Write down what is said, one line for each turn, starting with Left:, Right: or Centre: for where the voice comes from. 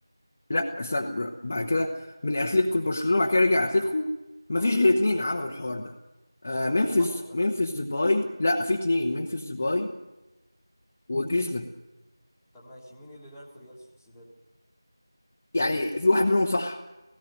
Left: لا استنى بر- بعد كده من اتلتيكو لبرشلونة بعد كده رجع اتلتيكو مفيش
Centre: اه
Left: غير اتنين عملوا الحوار ده آه
Centre: هو
Left: ممفيس
Centre: واحد بس
Left: ممفيس ديباي لا في اتنين ممفيس ديباي وجريزمان
Centre: طب ماشي مين اللي لعب في ريال سوسيداد
Left: يعني في واحد منهم صح